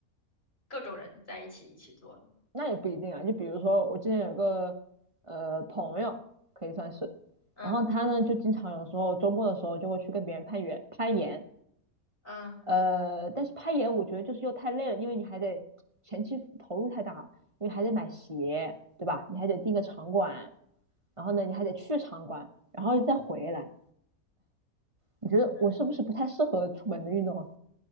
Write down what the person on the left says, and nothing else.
各种人在一起一起做的，
嗯
嗯。
那